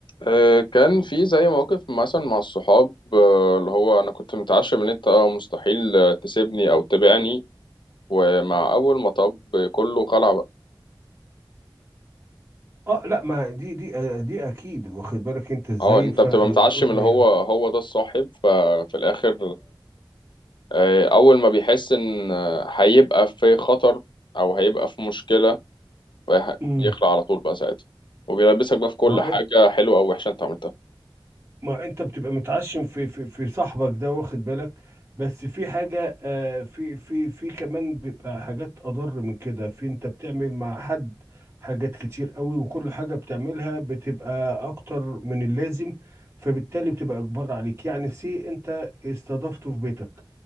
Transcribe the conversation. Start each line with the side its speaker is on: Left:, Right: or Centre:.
Left: آه كان في زي موقف مثلا مع الصحاب آه اللي هو أنا كنت متعشم إن أنت مستحيل آه، تسيبني أو تبيعني ومع أول مطب كله خلع بقى
Right: اه لا ما دي دي آه، دي اكيد واخد بالك انت ازاي
Left: اه انت
Right: ف-
Left: بتبقى
Right: آه،
Left: متعشم
Right: الفكره
Left: اللي هو
Right: يعني
Left: هو ده الصاحب ففي الاخر آه، أول ما بيحس إن آه، هيبقى في خطر أو هيبقى في مشكلة فيح-
Right: امم
Left: بيخلع على طول بقى ساعتها وبيلبسك بقى في كل
Right: ما
Left: حاجة
Right: انت
Left: حلوة أو وحشة أنت عملتها
Right: ما انت بتبقى متعشم في في في صاحبك ده واخد بالك بس في حاجه آه، في في في كمان بيبقى حاجات اضر من كده في انت بتعمل مع حد حاجات كتير قوي وكل حاجه بتعملها بتبقى اكتر من اللازم فبالتالي بتبقى اجبار عليك يعني سي انت استضفته في بيتك